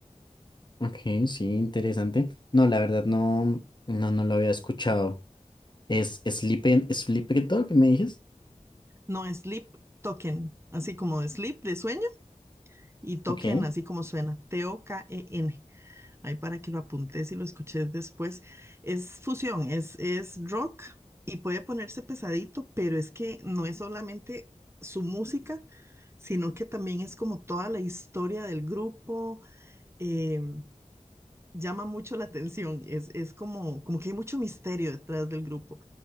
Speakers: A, on the left; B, on the right.
A: Ok, sí, interesante. No, la verdad no, no, no lo había escuchado. ¿Es Sleepy, Sleepy Dog, me dices?
B: No, sleep token, así como de sleep de sueño y token
A: Ok.
B: así como suena, T-O-K-E-N. Ahí para que lo apuntes y lo escuches después. Es fusión, es, es rock y puede ponerse pesadito, pero es que no es solamente su música, sino que también es como toda la historia del grupo. eh, llama mucho la atención, es, es como, como que hay mucho misterio detrás del grupo.